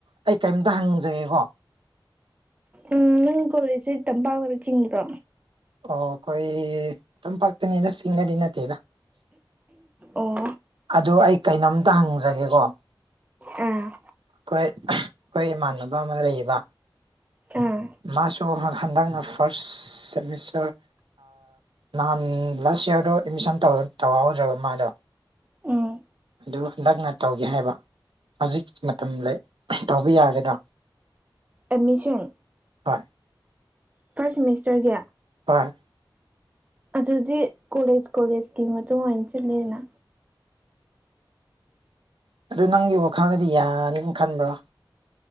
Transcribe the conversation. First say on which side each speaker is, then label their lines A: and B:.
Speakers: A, on the right (about 80°); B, on the right (about 20°).
A: ꯑꯩ ꯀꯩꯝꯇ ꯍꯪꯖꯒꯦꯀꯣ
B: ꯎꯝ ꯅꯪ ꯀꯣꯂꯦꯜꯁ ꯆꯠꯇꯝꯇꯧꯔꯒ ꯆꯤꯡꯕ꯭ꯗꯣ
A: ꯑꯣ ꯑꯩꯈꯣꯏ ꯇꯝꯄꯥꯛꯇꯅꯦꯗ ꯆꯤꯡꯗꯗꯤ ꯅꯠꯇꯦꯗ
B: ꯑꯣ
A: ꯑꯗꯣ ꯑꯩ ꯀꯩꯅꯣꯝꯇ ꯍꯪꯖꯒꯦꯀꯣ
B: ꯑꯥ
A: ꯑꯩꯈꯣꯏ ꯑꯩꯈꯣꯏ ꯏꯃꯥꯟꯅꯕ ꯑꯃ ꯂꯩꯌꯦꯕꯥ
B: ꯑꯥ
A: ꯃꯥꯁꯨ ꯍꯟꯗꯛꯅ ꯐꯥꯔꯁ ꯁꯦꯃꯤꯁꯇꯔ ꯅꯍꯥꯟ ꯂꯥꯁ ꯌꯥꯔꯗ ꯑꯦꯗꯃꯤꯁꯟ ꯇꯧꯍꯧꯗ꯭ꯔꯦꯕ ꯃꯥꯗꯣ
B: ꯎꯝ
A: ꯑꯗꯨ ꯍꯟꯗꯛꯅ ꯇꯧꯒꯦ ꯍꯥꯏꯕ ꯍꯧꯖꯤꯛ ꯃꯇꯝ ꯂꯩ ꯇꯧꯕ ꯌꯥꯒꯗ꯭ꯔꯣ
B: ꯑꯦꯗꯃꯤꯁꯟ
A: ꯍꯣꯏ
B: ꯐꯥꯔꯁ ꯁꯤꯃꯤꯁꯇꯔꯒꯤ
A: ꯍꯣꯏ
B: ꯑꯗꯨꯗꯤ ꯀꯣꯂꯦꯖ ꯀꯣꯂꯦꯖꯀꯤ ꯃꯇꯨꯡꯏꯟꯅ ꯆꯠꯂꯤꯅ
A: ꯑꯗꯨ ꯅꯪꯒꯤ ꯋꯥꯈꯜꯗꯗꯤ ꯌꯥꯅꯤꯅ ꯈꯟꯕ꯭ꯔꯣ